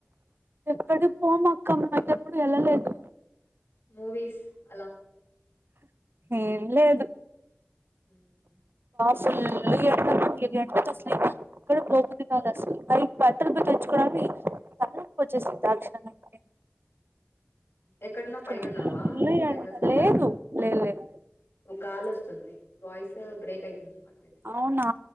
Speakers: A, on the right (about 65°); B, on the left (about 85°).
A: ఎక్కడికి పోం అక్క మేం ఎప్పుడు వెళ్ళలేదు.
B: మూవీస్ అలా
A: ఏం లేదు
B: మ్,
A: స ల్లియాతరు లే అక్కడ బాగు లేదని అ ల అ బట్టలు పో తెచ్చుకోడానికేల్ల ఇంతా చేసింది ఆక్షణానికే
B: ఎక్కడున్నవ్ పైన
A: ఫుల్
B: ఉన్నావా? టెర్రస్
A: ఎండ
B: పైన
A: లేదు
B: అలాగ
A: లేదు లేదు
B: ఒ గాలి వస్తుంది వాయిస్ బ్రేక్ అయితుంది అనమాట మీది
A: అవునా